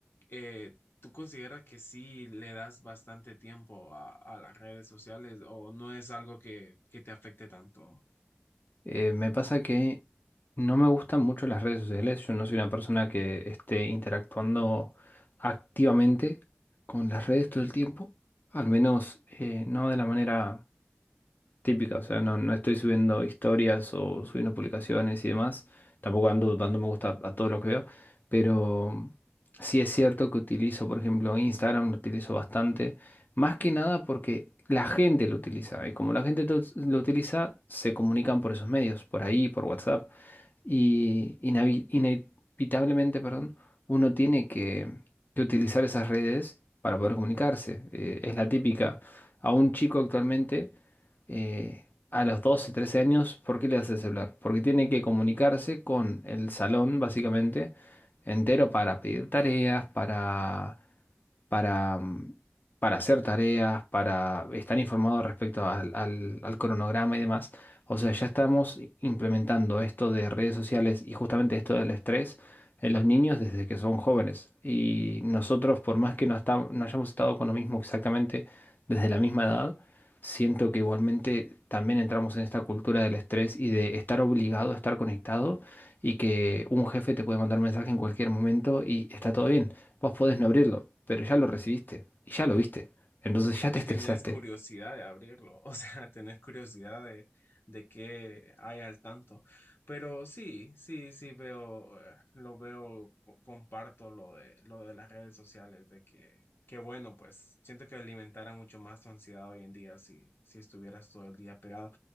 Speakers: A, on the left; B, on the left.
A: eh, ¿tú consideras que sí le das bastante tiempo a, a las redes sociales o no es algo que, que te afecte tanto?
B: Eh, me pasa que no me gustan mucho las redes sociales. Yo no soy una persona que esté interactuando activamente con las redes todo el tiempo. Al menos eh, no de la manera típica, o sea, no, no estoy subiendo historias o subiendo publicaciones y demás, tampoco ando dando me gusta a todo lo que veo, pero sí es cierto que utilizo, por ejemplo, Instagram, lo utilizo bastante, más que nada porque la gente lo utiliza, y como la gente lo, lo utiliza, se comunican por esos medios, por ahí, por WhatsApp. Y inavi- inevitablemente, perdón, uno tiene que, que utilizar esas redes para poder comunicarse. Eh, es la típica. A un chico actualmente, eh, a los 12, 13 años, ¿por qué le hace el celular? Porque tiene que comunicarse con el salón, básicamente, entero para pedir tareas, para para, mm, para hacer tareas, para estar informado respecto al, al- al cronograma y demás. O sea, ya estamos implementando esto de redes sociales y justamente esto del estrés en los niños desde que son jóvenes. Y nosotros, por más que no, está- no hayamos estado con lo mismo exactamente desde la misma edad, siento que igualmente también entramos en esta cultura del estrés y de estar obligado a estar conectado y que un jefe te puede mandar mensaje en cualquier momento y está todo bien. Vos podés no abrirlo, pero ya lo recibiste y ya lo viste. Entonces ya te
A: Y
B: estresaste.
A: tenés curiosidad de abrirlo, <laughs> o sea, tenés curiosidad de, de qué hay al tanto. Pero sí, sí, sí veo, eh, lo veo, co- comparto lo de, lo de las redes sociales, de que, que bueno, pues siento que alimentara mucho más tu ansiedad hoy en día si, si estuvieras todo el día pegado.